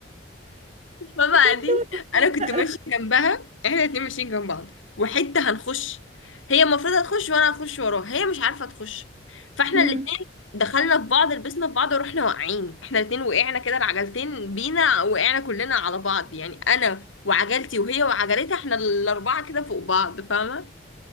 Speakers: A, on the left (about 80°); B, on the right (about 35°).
A: ماما
B: بجد
A: قاعدين
B: وأنا
A: انا كنت ماشيه جنبها احنا الاتنين ماشيين جنب بعض وحته هنخش هي المفروض هتخش وانا هخش وراها هي مش عارفه تخش فاحنا
B: صغيرة.
A: الاتنين دخلنا في بعض لبسنا في بعض ورحنا واقعين احنا الاتنين وقعنا كده العجلتين بينا وقعنا كلنا على بعض يعني انا وعجلتي وهي وعجلتها احنا الاربعه كده فوق بعض فاهمه